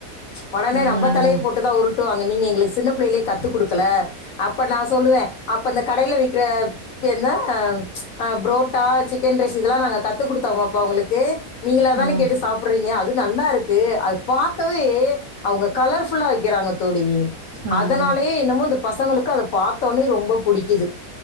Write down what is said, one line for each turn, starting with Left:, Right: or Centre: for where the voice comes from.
Left: ஒடனே
Right: ம்,
Left: நம்ப தலைய போட்டு தா உருட் டுவாங்க நீங்க எங்களுக்கு சின்ன பிள்ளைையிலேயே கத்து குடுக்கல அப்ப நா சொல்லுவ அப்ப இந்த கடைல விக்கிற இப்ப என்ன அ புரோட்டா சிக்கன் ரைஸ் இதெல்லா நாங்க கத்து குடுத்தோமாப்பா உங்களுக்கு நீங்களா
Right: ம்,
Left: தானே கேட்டு சாப்புடுறீங்க அது நல்லாருக்கு அது பாக்கவே அவுங்க கலர்ஃபுல்லா விக்கிறாங்க தோழி
Right: ம்.
Left: அதனாலயே என்னமோ இந்தப் பசங்களுக்கு அத பாத்தோனே ரொம்ப புடிக்குது